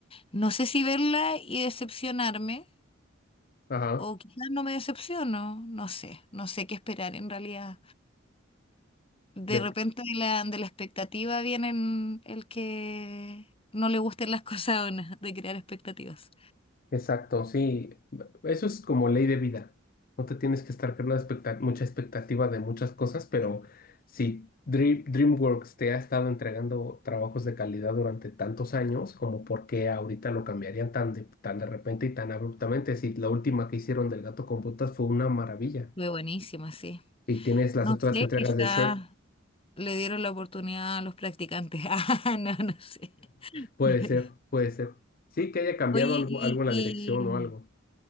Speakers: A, on the left; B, on the left.
A: no sé si verla y decepcionarme.
B: Ajá.
A: O quizás no me decepciono, no sé, no sé qué esperar en realidad. De
B: De-
A: repente de la, de la expectativa vienen el que no le gusten las <laughs> cosas o no, de crear expectativas.
B: Exacto, sí. Eso es como ley de vida. No te tienes que estar creando expecta- mucha expectativa de muchas cosas, pero si Dream- DreamWorks te ha estado entregando trabajos de calidad durante tantos años, como por qué ahorita lo cambiarían tan de, tan de repente y tan abruptamente, si la última que hicieron del gato con botas fue una maravilla.
A: Fue buenísima, sí.
B: y tienes las
A: No
B: otras
A: sé,
B: entregas
A: quizás
B: de Shrek.
A: le dieron la oportunidad a los practicantes. <laughs> Ah, no, no sé.
B: Puede
A: <laughs>
B: ser, puede ser. Sí, que haya cambiado
A: Oye,
B: algo,
A: ¿y,
B: algo en la dirección
A: y mm,
B: o algo.